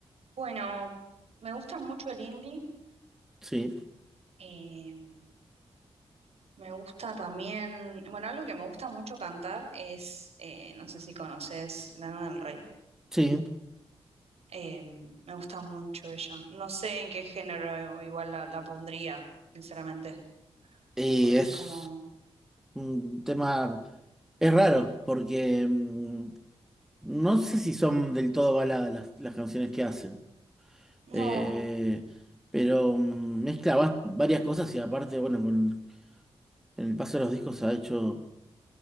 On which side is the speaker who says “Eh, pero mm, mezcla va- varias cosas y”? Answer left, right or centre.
Centre